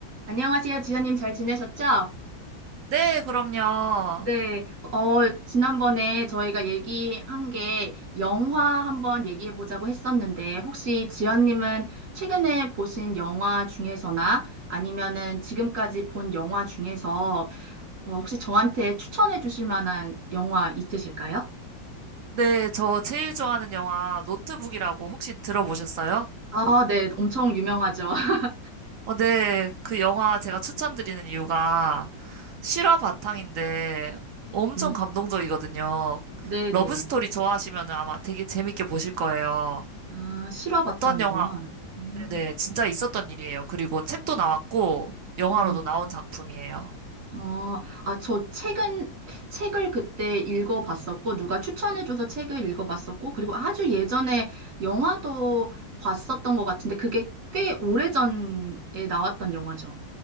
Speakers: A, on the right; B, on the right.
A: 안녕하세요, 지연님 잘 지내셨죠?
B: 네, 그럼요.
A: 네, 어, 지난번에 저희가 얘기한 게 영화 한번 얘기해 보자고 했었는데, 혹시 지연님은 최근에 보신 영화 중에서나 아니면은 지금까지 본 영화 중에서 어, 혹시 저한테 추천해 주실 만한 영화 있으실까요?
B: 네, 저 제일 좋아하는 영화 노트북이라고 혹시 들어보셨어요?
A: 아, 네, 엄청 유명하죠. <laughs>
B: 어, 네, 그 영화 제가 추천드리는 이유가 실화 바탕인데 엄청
A: 음,
B: 감동적이거든요.
A: 네네.
B: 러브스토리 좋아하시면 아마 되게 재밌게 보실 거예요.
A: 아, 실화 바탕이구나.
B: 어떤 영화,
A: 음,
B: 네네, 진짜 있었던 일이에요. 그리고 책도 나왔고, 영화로도
A: 음.
B: 나온 작품이에요.
A: 아, 아, 저 책은, 책을 그때 읽어봤었고, 누가 추천해줘서 책을 읽어봤었고, 그리고 아주 예전에 영화도 봤었던 것 같은데, 그게 꽤 오래전에 나왔던 영화죠.